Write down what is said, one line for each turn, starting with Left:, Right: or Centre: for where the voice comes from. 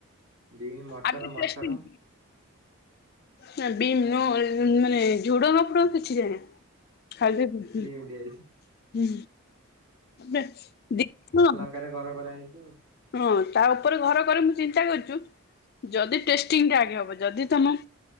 Right: ବିମ୍ ମଟର
Left: ଆ ପ୍ରଶିତି
Right: ମଟର
Left: ନା ବିମ ନୁହଁ ମାନେ ଝୁଡଙ୍ଗ ଫୁଡଙ୍ଗ କିଛି ନା <unintelligible>
Right: ଯାଇଛି।
Left: ହୁଁ ଦେଖ ହଁ।
Right: ପାଖରେ ଘର କରାଯାଇଛି ଆଉ।
Left: ହଁ ତା ଉପରେ ଘର କରେ ମୁଁ ଚିନ୍ତା କରିଛୁ ଯଦି ଟେଷ୍ଟିଂଟା ଆଗେ ହବ ଯଦି ତମ